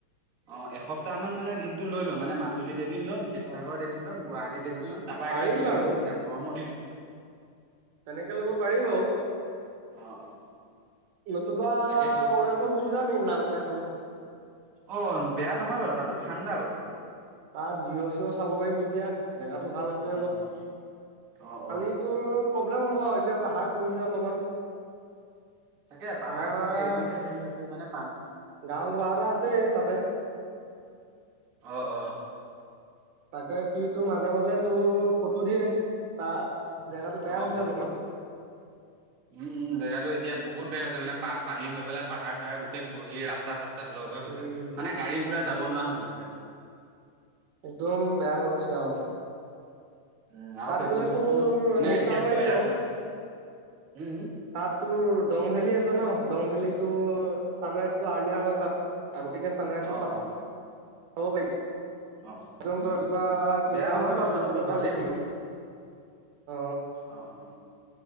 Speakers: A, on the right (about 45°); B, on the right (about 70°).
A: অ এসপ্তাহ মান মানে দিনটো লৈ লম মানে মাজুলীত এদিন ল'ম শিৱসাগৰত
B: অ',
A: এদিন ল'ম গুৱাহাটী লম তাৰপা একেবাৰে
B: পাৰি
A: শ্বিলং
B: বাৰু।
A: গুচি যাম গৰমৰ দিনো
B: তেনেকে ল'ব পাৰি বাৰু,
A: অ অ
B: নতুবা
A: তাকেতো
B: অৰুণাচল গুচি যাও নেকি নামচাই ফালে
A: অ বেয়া নহয় বাৰু তাতো ঠাণ্ডা বাৰু
B: তাত জিঅ' চিঅ' চাব পাৰিম এতিয়া জেগাতটো ভাল আছে
A: উম
B: অলপ।
A: উম অ
B: কালিতো
A: অ
B: প্ৰব্লেম হ'ব আৰু এতিয়া পাহাৰ খহিছে অলপমান।
A: তাকে পাহাৰ
B: আমাৰ
A: খহিছে এইটোহে হেৰি হৈছে মানে পান
B: গাঁৱৰ লৰা আছে তাতে
A: অঁ অঁ
B: ত সি তটো মাজে মাজে তোৰ ফটো দিয়ে তাত জেগাটো বেয়া
A: অ
B: হৈছে
A: অ
B: অলপমান,
A: উম দে এতিয়া বহুত বেয়া হৈছে মানে পানী হৈ পেলাই পাহাৰ চাহাৰ গোটেই ঘহি ৰাস্তা চাস্তা ব্লগ হৈ গৈছে
B: উম,
A: মানে গাড়ী ঘোঁৰা যাব নোৱাৰা হৈ গৈছে আৰু
B: একদম বেয়া হৈ গৈছে আৰু।
A: উম আৰু
B: তাত
A: সেইটো
B: গ'লে
A: যোৱা
B: তোৰ
A: টো মানে
B: হেৰি
A: এতিয়া
B: চাব পাৰিবি
A: ব্ৰইলাৰ
B: আৰু
A: ফাৰ্ম উম,
B: তাত তোৰ দং ভেলী আছে ন দং ভেলী তোৰ
A: অ',
B: ছানৰাইজটো আৰ্লিয়াৰ হয় তাত আগতিকে চানাইছো
A: অ',
B: চ
A: অ',
B: চাব পাৰি।
A: অ',
B: একদম
A: উম,
B: তই ৰাতিপুৱা
A: উম, বেয়া
B: তিনটা
A: নহয়
B: বতে
A: বাৰু
B: সূৰ্য
A: তাতো
B: উদয়
A: ভালেই
B: হোৱা দেখিবি।
A: হ'ব
B: অ
A: অ অ